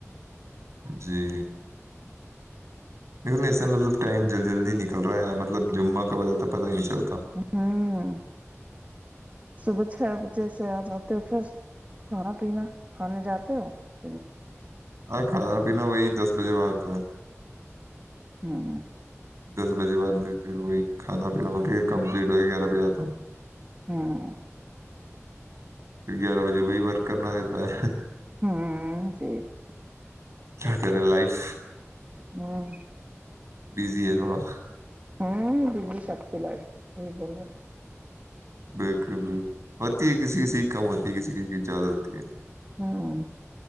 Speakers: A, on the right; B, on the right.
A: جی دیکن ایسا مطلب ٹائم جلدی جلدی نکل رہا ہے مطلب جمعہ کا وجہ تو پتاہ ہی نہیں چلتا
B: ہوں صبح چھ بجے سے آ جاتے پھر کھانا پینا کھانے جاتے ہو دن میں
A: ہاں کھانا پینا وہی دس بجے بع آتا ہے
B: ھمم
A: دس بجے بعد پھر وہی کھانا پینا ہو کے کمپلیٹ ہو کے گیارہ بجے آتا ہوں
B: ہاں
A: گیارہ بجے وہی ورک کرنا دیتا ہے
B: ہوں جی <unintelligible>
A: کیا کرے لائف
B: ہاں <unintelligible>
A: بزی ہے تھوڑا
B: ہاں ججی ساتی لس بول
A: بالکل بالکل ہوتی ہے کسی کسی کی کم ہوتی ہے کسی کسی کی زیادہ ہوتی ہے
B: ہاں